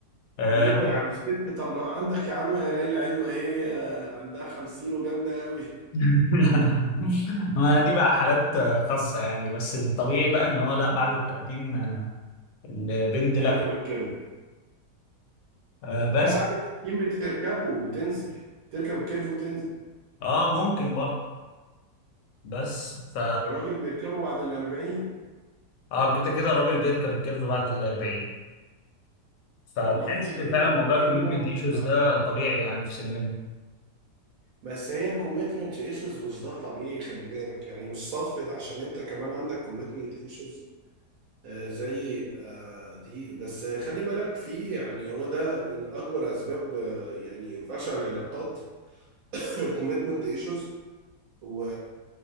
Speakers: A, on the left (about 70°); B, on the right (about 65°).
A: آه،
B: ليه يعني الست طب ما عندك يا عم يا ليلى علو إيه آه، عندها خمسين وجامدة أوي
A: <laughs> ما دي بقى حالات آه، خاصة يعني بس الطبيعي بقى ان هو لا بعد ال 30 آه، البنت
B: <laughs> بتركب
A: لا
B: الكيرف
A: آه، بس
B: هي بعد التحكيم بتركبه وتنزل تركب الكيرف وتنزل
A: اه ممكن برضه بس ف
B: الراجل بيركبه بعد الأربعين
A: اه كده كده الراجل بيركب الكيرف بعد ال 40 فتحس
B: والله
A: فعلا
B: يعني
A: موضوع الكوميتمنت
B: هي نقطة
A: ايشوز
B: أنت
A: ده طبيعي يعني في سننا
B: بس هي الكوميتمنت ايشوز مش ده الطبيعي خلي بالك يعني مش صدفة عشان انت كمان عندك كوميتمنت ايشوز زي آه، دي بس خلي بالك في يعني هو ده من اكبر اسباب آه، يعني فشل العلاقات <coughs> <clears throat> كوميتمنت ايشوز و